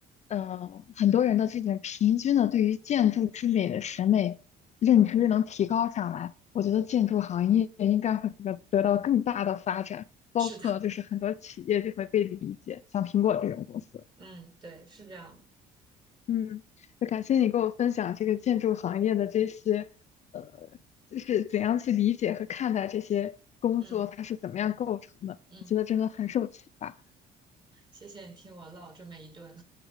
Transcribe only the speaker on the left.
呃，很多人的这种平均的对于建筑之美的审美认知能提高上来，我觉得建筑行业应该会得得到更大的发展，包括就是很多企业就会被理解，
像苹果这种公司。
嗯，那感谢你给我分享这个建筑行业的这些，呃，就是怎样去理解和看待这些工作，
它是怎么样构成的，
我觉得真的很受启发。